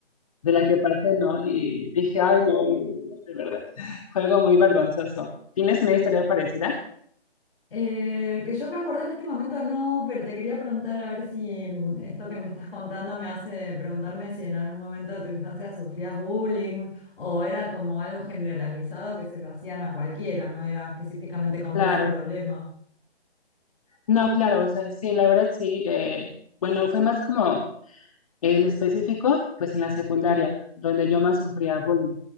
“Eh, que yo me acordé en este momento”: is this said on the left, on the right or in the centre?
Left